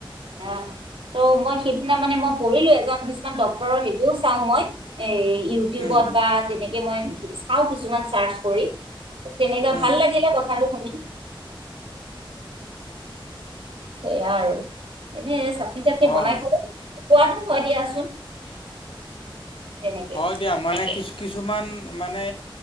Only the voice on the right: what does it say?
আহ ত মই সেইদিনা মানে মই পঢ়িলো এজন কিছুমান ডক্তৰৰ হেৰিও চাওঁ মই। এ ইউটিউবত
বা তেনেকে মই চাওঁ কিছুমান চাৰ্চ কৰি। তেনেকা
ভাল লাগিলে কথাটো শুনি।
সেয়া আৰু এনেই চাটনি
টাটনি বনাই খালো সোৱাদো হয় দিয়াচোন। তেনেকে